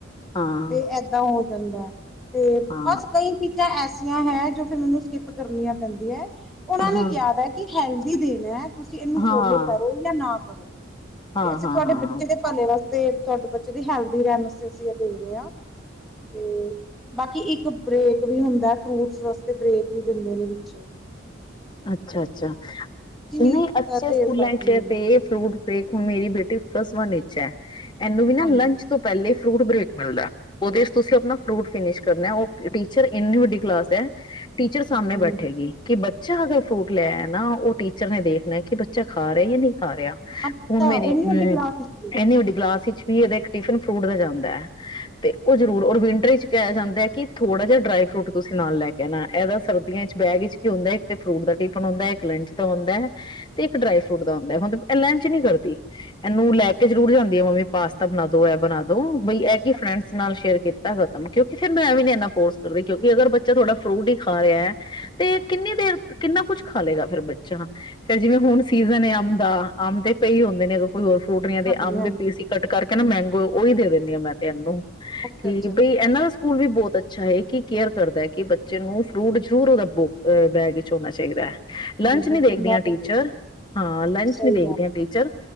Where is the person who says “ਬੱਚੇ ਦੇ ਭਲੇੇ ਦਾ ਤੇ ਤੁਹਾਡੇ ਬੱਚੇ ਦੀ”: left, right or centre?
Centre